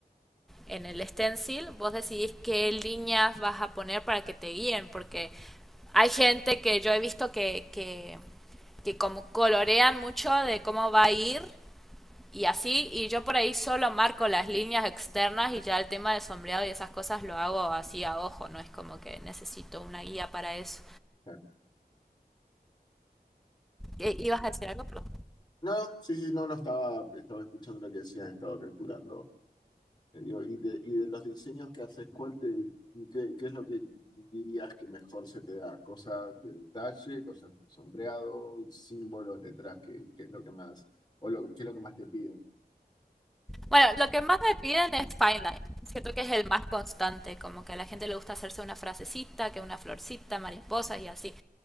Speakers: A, in the centre; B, on the left.
A: en el stencil, vos decidís qué líneas vas a poner para que te guíen, porque hay gente que yo he visto que, que que como colorean mucho de cómo va a ir y así, y yo por ahí solo marco las líneas externas y ya el tema de sombreado y esas cosas lo hago así a ojo, no es como que necesito una guía para eso.
B: Claro.
A: ¿I- ¿Ibas a decir algo? Perdón.
B: No, sí, sí, no, no estaba, estaba escuchando lo que decías, estaba calculando. Yo, Y de, y de los diseños que haces, ¿cuál te, qué, qué es lo que dirías que mejor se te da? ¿Cosas de detalle, cosas con sombreado, símbolos, letras? ¿Qué, qué es lo que más, o lo, qué es lo que más te piden?
A: Bueno, lo que más me piden es fine line. Siento que es el más constante, como que a la gente le gusta hacerse una frasecita, que una florcita, mariposas y así.